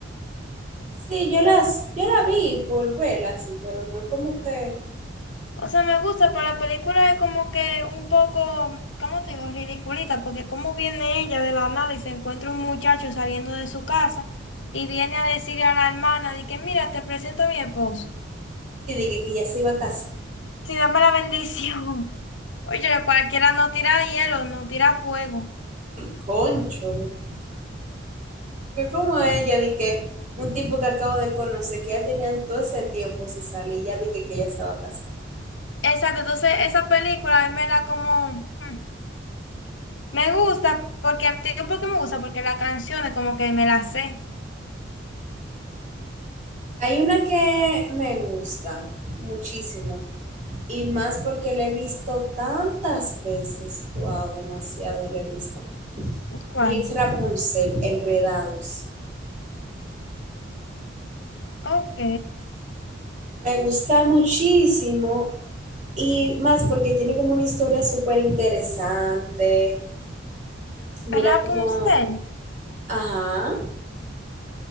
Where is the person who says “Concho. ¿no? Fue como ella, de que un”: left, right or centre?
Right